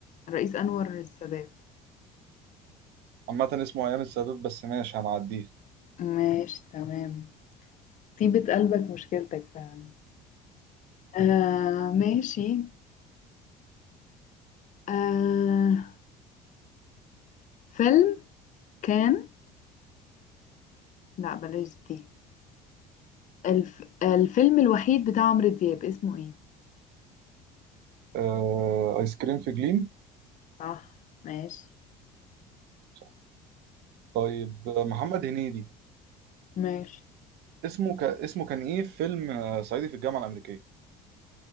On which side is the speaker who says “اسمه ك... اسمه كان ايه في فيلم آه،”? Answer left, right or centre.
Right